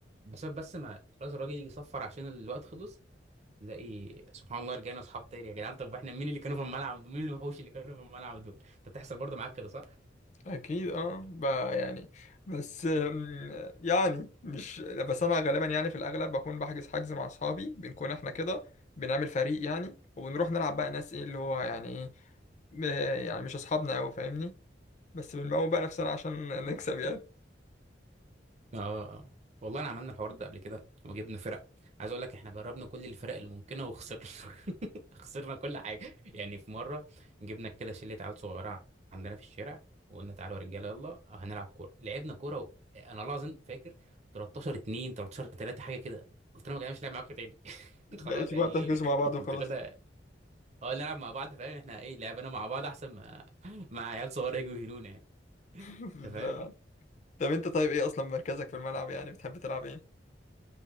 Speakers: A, on the right; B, on the left.
A: بسبب بس ما خلاص الراجل يجي يصفر عشان الوقت خلص تلاقي سبحان الله رجعنا اصحاب تاني يا جدعان طب احنا مين اللي كانوا في الملعب دول؟ مين الوحوش اللي كانوا في الملعب دول انت بتحصل برضه معاك كده صح
B: اكيد اه بقى يعني بس أم، يعني مش بس انا غالبا يعني في الاغلب بكون بحجز حجز مع اصحابي بنكون احنا كده بنعمل فريق يعني وبنروح نلعب بقى ناس ايه اللي هو يعني ايه م- يعني مش اصحابنا قوي فاهمني بس بنموت بقى نفسنا عشان <laughs> نكسب يعني
A: اه اه آه. والله انا عملنا الحوار ده قبل كده وجبنا فرق عايز اقول لك احنا جربنا كل الفرق الممكنه وخسرنا <laughs> خسرنا كل حاجه يعني في مره جبنا كده شله عيال صغيره عندنا في الشارع وقلنا تعالوا يا رجاله يلا هنلعب كوره لعبنا كوره و... انا والله العظيم فاكر 13 2 13 3 حاجه كده قلت لهم يا جماعه مش لاعب معاكم تاني <laughs>
B: بقيتوا
A: خلاص يعني
B: بقى بتحجزوا
A: ايه
B: مع بعض وخلاص
A: انتوا كده اه نلعب مع بعض فاهم احنا ايه لعبنا مع بعض احسن ما مع عيال صغيره يجوا يهنونا يعني
B: <laughs>
A: انت فاهم
B: ده طب انت طيب ايه اصلا مركزك في الملعب يعني بتحب تلعب ايه